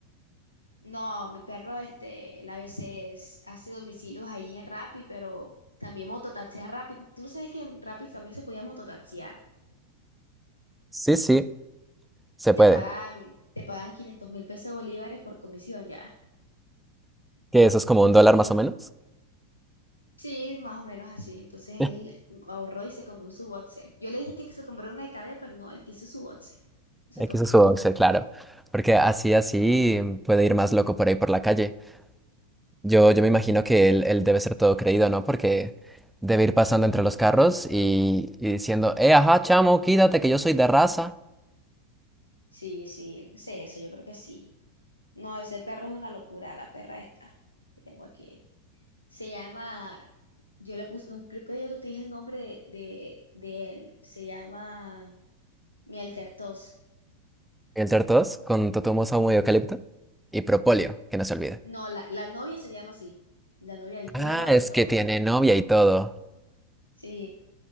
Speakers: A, on the left (about 85°); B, in the centre.
A: No, mi perro, este, él a veces hace domicilios ahí en Rappi, pero también mototaxea en Rappi. ¿Tú no sabes que en Rappi también se podía mototaxear?
B: Sí, sí, se
A: Y
B: puede.
A: te pagan, te pagan 500 mil pesos de bolívares por comisión ya.
B: Que eso es como un dólar más o menos.
A: Sí, más o menos así. Entonces él
B: <laughs>
A: ahorró y se compró su boxer. Yo le dije que se compró una de cadena, pero no, él quiso su boxer. No
B: X
A: sé por qué.
B: es su boxer, claro. Porque así, así puede ir más loco por ahí por la calle. Yo, yo me imagino que él, él debe ser todo creído, ¿no? Porque debe ir pasando entre los carros y, y diciendo, eh, ajá, chamo, quítate que yo soy de raza.
A: Sí, sí, sé eso, yo creo que sí. No, ese perro es una locura, la perra esta que tengo aquí. Se llama, yo le puse, no, creo que yo te dije el nombre de, de él. Se llama miel tertos.
B: Y entre todos, con totumoso humo de eucalipto y propóleo, que no se olvide.
A: No, la, la novia se llama así. La novia, él tiene
B: Ah,
A: novia
B: es
A: y todo.
B: que tiene novia y todo.
A: Sí,